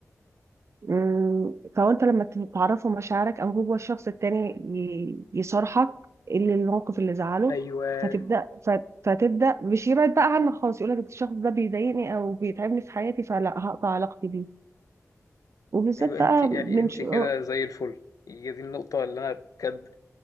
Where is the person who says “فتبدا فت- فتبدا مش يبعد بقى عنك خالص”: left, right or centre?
Right